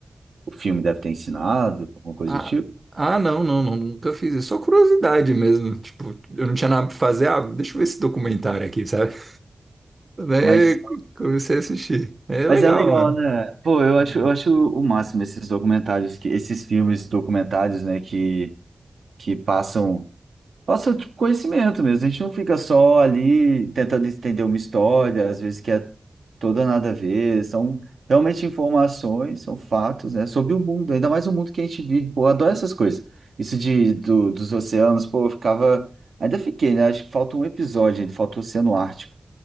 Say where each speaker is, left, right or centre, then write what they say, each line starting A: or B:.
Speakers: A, on the right; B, on the right.
A: o filme deve ter ensinado, alguma coisa
B: ah,
A: do tipo?
B: ah, não, não, não, nunca fiz isso, só curiosidade mesmo, tipo, eu não tinha nada pra fazer, ah, deixa eu ver esse documentário aqui, sabe? <laughs> Daí
A: Mas,
B: comecei a assistir, é
A: mas
B: legal,
A: é legal,
B: mano.
A: né? Pô, eu
B: Hum,
A: acho, eu acho o máximo esses documentários, que, esses filmes documentários, né, que, que passam. Passa, tipo, conhecimento mesmo. A gente não fica só ali tentando entender uma história, às vezes que é toda nada a ver. São realmente informações, são fatos, né? Sobre o mundo, ainda mais o mundo que a gente vive. Pô, eu adoro essas coisas. Isso de, do- dos oceanos, pô, eu ficava. Ainda fiquei, né? Acho que falta um episódio, ainda falta o Oceano Ártico.